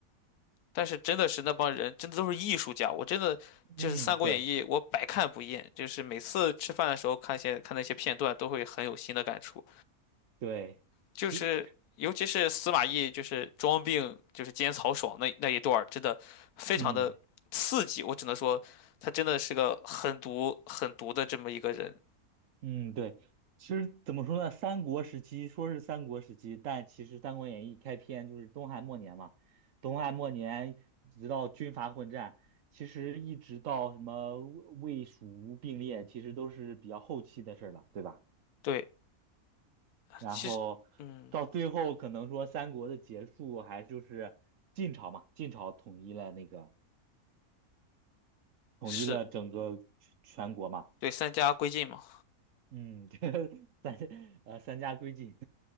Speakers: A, on the left; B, on the right.
A: 但是真的是那帮人真的都是艺术家，我真的就是《三国演义》，
B: 嗯，对
A: 我百看不厌，就是每次吃饭的时候看些看那些片段，都会很有新的感触。
B: 对，
A: 就是尤其是司马懿就是装病就是奸曹爽那那一段儿，
B: 其
A: 真的非常的刺激。
B: 嗯
A: 我只能说，他真的是个狠毒狠毒的这么一个人。
B: 嗯对，其实怎么说呢，三国时期说是三国时期，但其实《三国演义》开篇就是东汉末年嘛，东汉末年直到军阀混战，其实一直到什么魏魏蜀吴并列，其实都是比较后期的事儿了，对吧？
A: 对，
B: 然后到最后可能说三国的结束还就是晋朝嘛，
A: 其实嗯
B: 晋朝统一了那个统一了整个全全国嘛，
A: 是对三家归晋嘛，
B: 嗯，<laughs> 这三呃三家归晋，